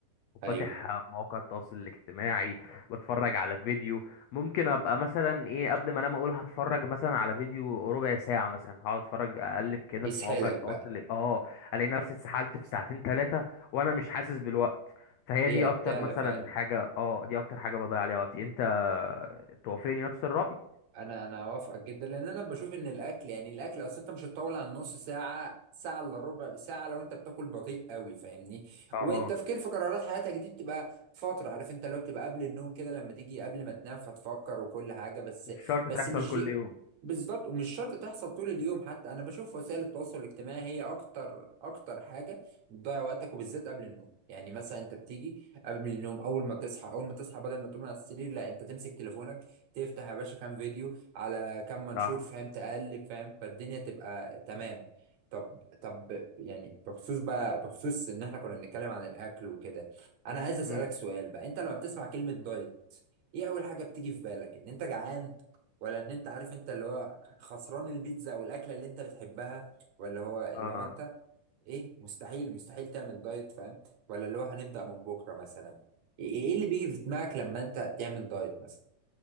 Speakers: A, on the left (about 85°); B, on the right (about 65°).
A: وفاتح
B: ايوه
A: مواقع التواصل الاجتماعي بتفرج على فيديو ممكن ابقى مثلا ايه قبل ما انام اقول هتفرج مثلا على فيديو ربع ساعة مثلا هقعد اتفرج اقلب كده
B: يسحلك
A: في مواقع التواصل
B: بقى
A: ال- اه الاقي نفسي اتسحلت في ساعتين ثلاثة وانا مش حاسس بالوقت فهي
B: هي
A: دي
B: قتالة
A: اكتر مثلا
B: فعلا
A: حاجة اه دي اكتر حاجة بضيع عليها وقتي انت توافقني نفس الرأي
B: انا انا اوافقك جدا لان انا بشوف ان الاكل يعني الاكل اصل انت مش هتطول عن نص ساعه ساعه الا ربع ساعه لو انت بتاكل بطيء قوي فاهمني
A: اه
B: والتفكير في قرارات حياتك دي بتبقى فتره عارف انت لو بتبقى قبل النوم كده لما تيجي قبل ما تنام فتفكر وكل حاجه بس
A: مش شرط
B: بس
A: تحصل
B: مش
A: كل
B: دي
A: يوم
B: بالظبط ومش شرط تحصل طول اليوم حتى انا بشوف وسائل التواصل الاجتماعي هي اكتر اكتر حاجه بتضيع وقتك وبالذات قبل النوم يعني مثلا انت بتيجي قبل النوم اول ما تصحى اول ما تصحى بدل ما تقوم على السرير لا انت تمسك تليفونك تفتح يا باشا كام فيديو على كام منشور
A: صح
B: فاهم تقلب فاهم فالدنيا تبقى تمام طب طب يعني بخصوص بقى بخصوص ان احنا كنا بنتكلم عن الاكل وكده انا عايز اسالك
A: امم
B: سؤال بقى انت لما بتسمع كلمه دايت ايه اول حاجه بتيجي في بالك ان انت جعان ولا ان انت عارف انت اللي هو خسران البيتزا والاكله اللي انت بتحبها ولا هو اللي
A: اه
B: هو انت ايه مستحيل مستحيل تعمل دايت فاهم ولا اللي هو هنبدا من بكره مثلا ايه إيه اللي بيجي في دماغك لما انت تعمل دايت مثلا